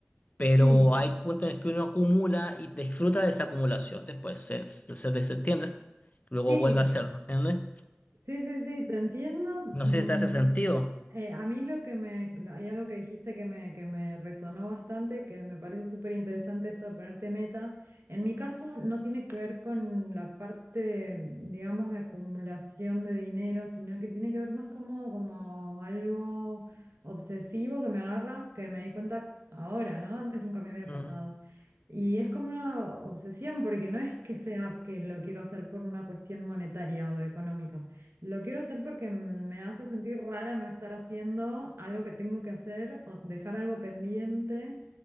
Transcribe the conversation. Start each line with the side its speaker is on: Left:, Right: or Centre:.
Left: Pero
Right: Sí,
Left: hay puntos en los que uno acumula y disfruta de esa acumulación. Después se, se, se desentiende. Luego
Right: sí,
Left: vuelve a hacerlo, ¿entiendes?
Right: Sí, sí, sí, te entiendo.
Left: No
Right: Mm,
Left: sé si te hace sentido.
Right: eh, a mí lo que me, lo- hay algo que dijiste que me, que me resonó bastante, que me parece súper interesante esto de ponerte metas. En mi caso no tiene que ver con la parte, de, digamos, de acumulación de dinero, sino que tiene que ver más como, como algo obsesivo que me agarra, que me di cuenta ahora, ¿no? Antes nunca me había
Left: Mm,
Right: pasado. Y es como una obsesión, porque no es que sea que lo quiero hacer por una cuestión monetaria o económica, lo quiero hacer porque me hace sentir rara no estar haciendo algo que tengo que hacer o dejar algo pendiente.